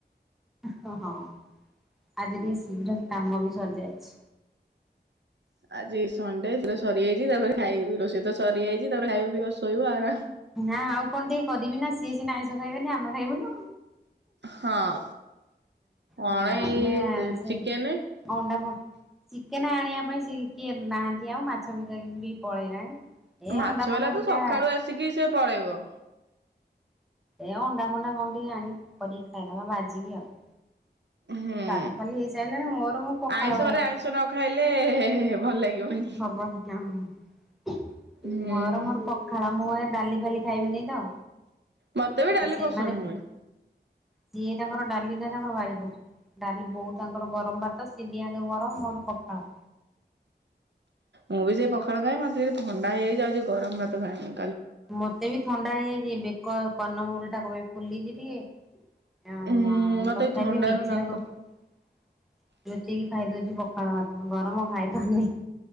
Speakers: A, in the centre; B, on the right.
A: ହଁ ଆଜି ଟିକେ ଶୀଘ୍ର କାମ ବି ସରିଯାଇଛି।
B: ଆଜି ସଣ୍ଡେ ସେଟା ସରିଯାଇଛି ତାପରେ ଖାଇବି ରୋଷେଇ ତ ସରିଯାଇଛି ତାପରେ ଖାଇବ ପିଇବ ଶୋଇବ ତାପରେ ଆରାମ।
A: ନା ଆଉ କଣ ଟିକେ କରିବି ନା ସିଏ ସିନା ଆଇଁଷ ଖାଇବେନି ଆମେ ଖାଇବୁନୁ।
B: ହଁ କଣ
A: ଆମେ
B: ଏଇ
A: ସେ
B: ଚିକେନ
A: ଅଣ୍ଡା ଫନ ଚି କେନ ଆଣିବା ପାଇଁ ସେ କିଏ ନାହାନ୍ତି ଆଉ ମାଛ ବିକା ବି ପଳେଇଲାଣି। ଏ
B: ମାଛ
A: ଅଣ୍ଡା ଫଣ୍ଡା
B: ବାଲା
A: ଦିଟା
B: ତ ସକାଳୁ ଆସିକି ସେ ପଳେଇବ।
A: ଏ ଅଣ୍ଡା ଫଣ୍ଡା କଣ ଟିକେ ଆଣି କରିିକି ଖାଇଦବା ଭାଜିକି ଆଉ।
B: ହୁଁ
A: ଡାଲି ଫାଲି ହେଇସାରିଲାଣି ମୋର ମୁଁ ପଖାଳ
B: ଆଇଁଷ
A: ଖାଇବି
B: ପରେ ଆଇଁଷ ନ ଖାଇଲେ। ଭଲ ଲାଗିବନି।
A: ହବନି ହଁ
B: ହୁଁ।
A: ମୋର ମୋର ପଖାଳ ମୁଁ ଏ ଡାଲି ଫାଲି ଖାଇବିନି ତ।
B: ମତେ ବି ଡାଲି
A: ସେମାନେ
B: ପସନ୍ଦ ନୁହେଁ।
A: ସିଏ ତାଙ୍କର ଡାଲି ନା ତାଙ୍କର ଭାରି ପସନ୍ଦ ଡାଲି ବହୁ ତାଙ୍କର ଗରମ ଭାତ ସିଏ ସିଏ ଦିହାଙ୍କ ଗରମ ମୋର ପଖାଳ।
B: ମୁଁ ବି ସେ ପଖାଳ ଖାଏ ମତେ ଟେ ଥଣ୍ଡା ହେଇଯାଉଛି ଯାଉଚି ଗରମ ଭାତ ଖାଇଏମି।
A: ମତେ ବି ଥଣ୍ଡା ହେଇଯାଇଛି ବେକ କରନମୂଲ ଟା କଣପାଇଁ ଫୁଲିଛି ଟିକେ। ଓ
B: ଉଁ ମତେ
A: ତଥାପି
B: ଏଇ ଥଣ୍ଡାରୁ
A: ମିଛରେ
B: ନାକ
A: କଣ ଲୁଚେଇିକି ଖାଇଦଉଛି ପଖାଳ ଭାତ ଗରମ ଖାଇପାରୁନି।